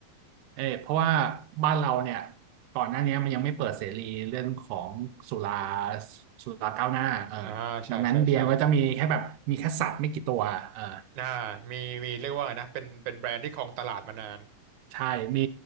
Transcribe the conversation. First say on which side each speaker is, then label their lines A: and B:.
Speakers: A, on the right (about 80°); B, on the right (about 70°).
A: เออเพราะว่าบ้านเราเนี่ยก่อนหน้านี้มันยังไม่เปิดเสรีเรื่องของสุราสุราก้าวหน้าเออ
B: อ่าใช่ใช่ใช่
A: ดังนั้นเบียร์ก็จะมีแค่แบบมีแค่สัตว์ไม่กี่ตัวเออ
B: อ่ามีมีเรียกว่าไงนะเป็นเป็นแบรนด์ที่ครองตลาดมานาน
A: ใช่มี